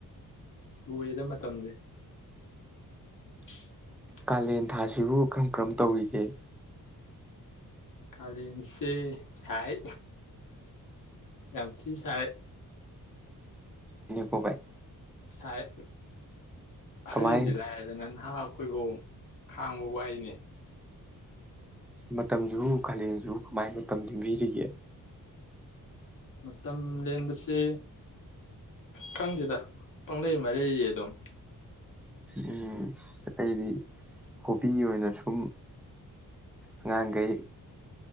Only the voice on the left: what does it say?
ꯎꯔꯦꯗ ꯃꯇꯝꯖꯦ <inaudible>
ꯀꯥꯂꯦꯟꯁꯦ ꯁꯥꯏ ꯌꯥꯝ ꯊꯤ ꯁꯥꯏ꯫
ꯁꯥꯏ ꯑꯍꯟꯗꯤ
ꯂꯩꯏꯔꯗꯅ ꯍꯥꯅꯥ ꯑꯩꯈꯣꯏꯕꯧ ꯈꯥꯡꯕ ꯋꯥꯏꯅꯦ
ꯃꯇꯝ ꯂꯦꯟꯕꯁꯦ ꯈꯪꯗꯦꯗ ꯄꯥꯂꯩ ꯃꯔꯩꯌꯦ ꯑꯗꯨꯝ